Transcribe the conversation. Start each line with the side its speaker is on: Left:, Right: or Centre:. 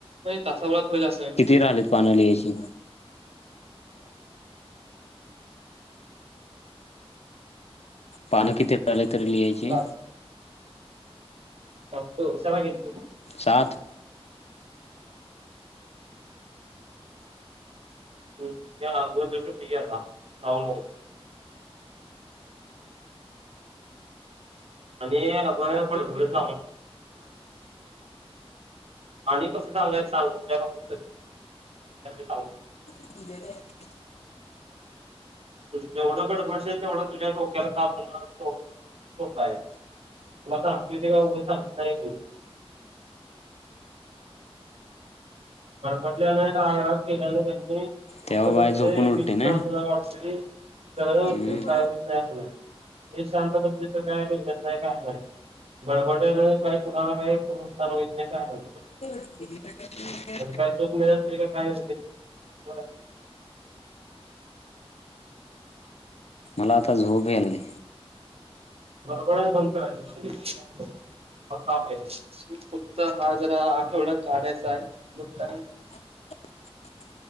Right: तासा भरात होईल असां.
Left: राहिलेत पानं लिहायची पानं किती आहेत तरी लिहायची?
Right: सात बघतो <unintelligible>
Left: सात.
Right: दोन दिवस सुट्टी घे आता <unintelligible> आणि अभय पण <unintelligible> <unintelligible> आणि कसं सांगायचं? <unintelligible> <unintelligible>
Left: <unintelligible>
Right: तू जेवढं बडबडशील तेवढं तुझ्या डोक्याला ताप होणार <unintelligible> काय तुला सांगतोय ते काही उगा सांगत नाही मी. गडपटल्याने रागराग केल्याने त्यांनी... डोकं
Left: तेव्हा
Right: दुखतंय
Left: बाय झोपून
Right: <unintelligible>
Left: उठते
Right: असं
Left: ना
Right: तुला वाटत सगळं <unintelligible>
Left: हम्म.
Right: काय नाही असं नाही. हे शांत <unintelligible> काय नाही. बडबडट्याला काही कुणाला काही नुकसान होत नाही काय नाय.
Left: <unintelligible>
Right: काय सुख मिळत नाही काय <unintelligible>
Left: मला आता झोप यायली.
Right: बर बरं बंद कर <unintelligible> काहि फक्त हा जरा आठवडा काढायचा आहे मग काय?
Left: रिकामा ऑडिओ